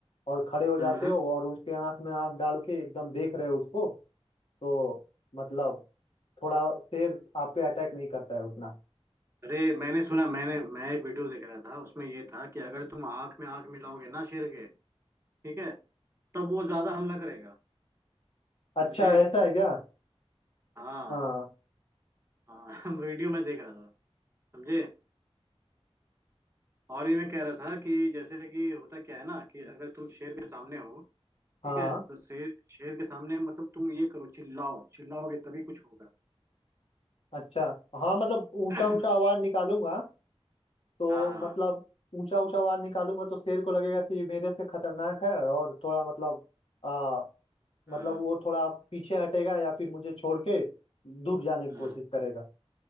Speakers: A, on the left (about 60°); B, on the right (about 25°).
A: और खड़े हो जाते
B: हम्म, हम्म, हम्म।
A: हो और उसके आंख में आंख डाल के एकदम देख रहे हो उसको तो मतलब थोड़ा शेर आप पे अटैक नहीं करता है उतना
B: अरे मैंने सुना मैंने मैं एक वीडियो देख रहा था उसमें ये था कि अगर तुम आंख में आंख मिलाओगे ना शेर के ठीक है तब वो ज्यादा हमला करेगा
A: अच्छा
B: समझे
A: ऐसा है क्या
B: हाँ
A: हाँ
B: हाँ <laughs> वीडियो में देख रहा था समझे और ये मैं कह रहा था कि जैसे कि होता क्या है ना कि अगर तुम शेर के सामने हो
A: हाँ
B: ठीक है तो शेर शेर के सामने मतलब तुम ये करो चिल्लाओ चिल्लाओगे तभी कुछ होगा
A: अच्छा हाँ मतलब ऊंचा
B: <clears throat>
A: ऊंचा आवाज निकालूंगा तो
B: हाँ
A: मतलब ऊंचा ऊंचा आवाज निकालूंगा तो शेर को लगेगा कि ये मेरे से खतरनाक है और थोड़ा मतलब आ,
B: हाँ
A: मतलब वो थोड़ा पीछे हटेगा या फिर मुझे छोड़ के दूर जाने की
B: हम्म
A: कोशिश करेगा